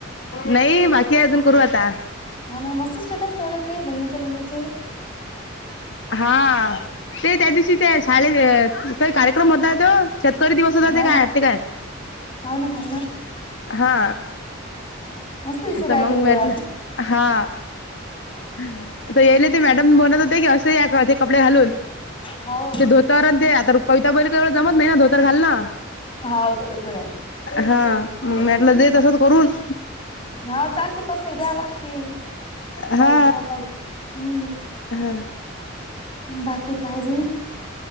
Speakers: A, on the left; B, on the left.
A: नाही बाकी आहे अजून करू आता
B: हा ना मस्त स्टेटस ठेवलं ते बहीणिच्या मुलाचे
A: हा ते त्या दिवशी ते शाळेत काही कार्यक्रम होता तो शेतकरी दिवस होता
B: हाव
A: ते काय
B: ना
A: ते काय
B: हाव ना हाव ना
A: हा,
B: मस्त दिसू राहिले
A: ता मंग
B: जुळवायला
A: मी म्हटलं हा. आता याईले ते मॅडम बोलत होते की असं. कपडे घालून
B: हाव
A: ते धोतार आणि ते आतंरून पैता पैला का एवढं जमत नाही ना धोतर घाल ना
B: हाव बरोबर आहे
A: हा. मी म्हटलं
B: हम्म
A: दे तसंच करून
B: हा चालते कसंही द्या लागते पाहिजे
A: हा
B: बा पाहिजे. हम्म
A: हा
B: बाकी काय त